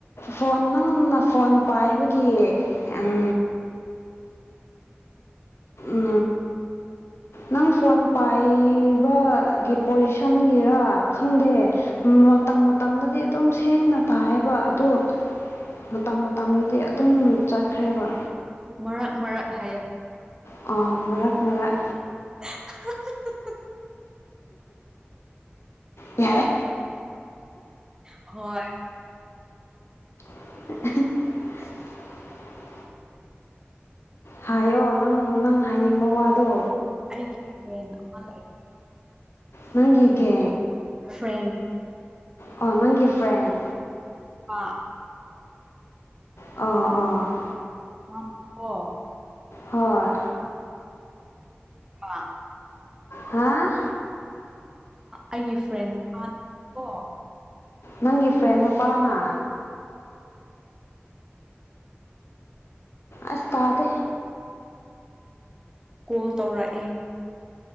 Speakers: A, on the left; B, on the right.
A: ꯐꯣꯟ ꯅꯪꯅ ꯐꯣꯟ ꯄꯥꯏꯕꯒꯤ ꯑꯪ ꯎ ꯅꯪ ꯐꯣꯟ ꯄꯥꯏꯕꯒꯤ ꯄꯣꯖꯤꯁꯟꯒꯤꯔ ꯈꯪꯗꯦ ꯃꯇꯝ ꯃꯇꯝꯗꯗꯤ ꯑꯗꯨꯝ ꯁꯦꯡꯅ ꯇꯥꯏꯌꯦꯕ ꯑꯗ ꯃꯇꯝ ꯃꯇꯝꯗꯤ ꯑꯗꯨꯝ ꯆꯠꯈ꯭ꯔꯦꯕ
B: ꯃꯔꯛ ꯃꯔꯛ ꯍꯥꯏꯌ
A: ꯑ ꯃꯛ ꯃꯛ
B: <inaudible>
A: ꯌꯥꯔ
B: ꯍꯣꯏ
A: <inaudible> ꯍꯥꯏꯌꯣ ꯅꯪ ꯅꯪ ꯍꯥꯏꯅꯤꯡꯕ ꯋꯥꯗꯣ
B: ꯑꯩꯒꯤ ꯐ꯭ꯔꯦꯟ ꯑꯃ ꯂꯩ
A: ꯅꯪꯒ
B: ꯐ꯭ꯔꯦꯟ
A: ꯑꯣ ꯅꯪꯒꯤ ꯐ꯭ꯔꯦꯟ
B: ꯑꯥ
A: ꯑꯣꯥ ꯑꯣꯥ
B: ꯑ ꯑꯣ
A: ꯍꯣꯏ
B: ꯑ
A: ꯍꯥ
B: ꯑꯩꯒꯤ ꯐ꯭ꯔꯦꯟ ꯃꯄꯥꯥꯟꯅꯀꯣ
A: ꯅꯪꯒꯤ ꯐ꯭ꯔꯦꯟ ꯅꯨꯄꯥꯅ ꯑꯁꯇꯥꯗ
B: ꯀꯣꯜ ꯇꯧꯔꯛꯑꯦ